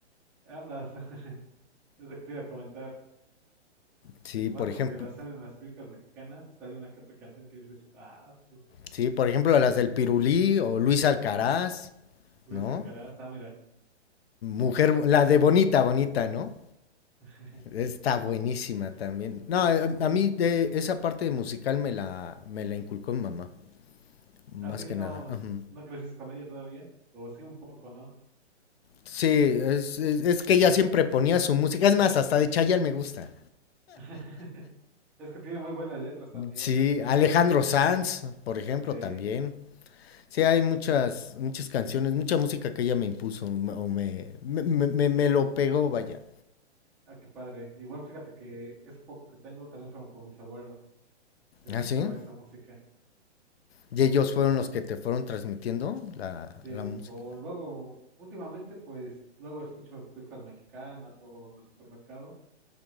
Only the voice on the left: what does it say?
Sí,
por ejemplo,
sí, por ejemplo, las del Pirulí o Luis Alcaraz,
¿no?
Mujer, la de Bonita, Bonita, ¿no?
Está buenísima también. No, a, a mí de esa parte musical me la, me la inculcó mi mamá, más
que
nada. Ajá.
Sí, es, es- es que ella siempre ponía su música. Es más, hasta de Chayanne me gusta.
Sí, Alejandro Sanz, por ejemplo,
también. Sí, hay muchas, muchas canciones, mucha música que ella me impuso m- o me, me, me- me- me lo pegó, vaya.
¿Ah, sí?
Y ellos fueron los que te fueron transmitiendo la,
la música.